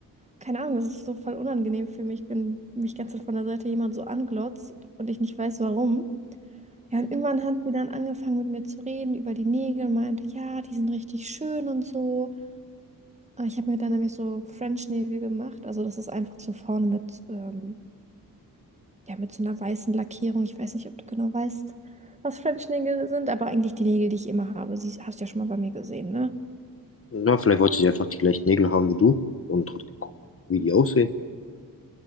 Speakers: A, on the right; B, on the left.
A: keine Ahnung, das ist so voll unangenehm für mich, wenn mich ganze Zeit von der Seite jemand so anglotzt und ich nicht weiß, warum. Ja, und irgendwann hat sie dann angefangen mit mir zu reden über die Nägel und meinte, ja, die sind richtig schön und so. Äh, Ich habe mir dann nämlich so French-Nägel gemacht. Also das ist einfach so vorne mit, ähm, ja, mit so einer weißen Lackierung. Ich weiß nicht, ob du genau weißt, was French-Nägel sind, aber eigentlich die Nägel, die ich immer habe. Sie hast du ja schon mal bei mir gesehen, ne?
B: Na, vielleicht wollte sie einfach die gleichen Nägel haben wie du und hat geguckt, wie die aussehen.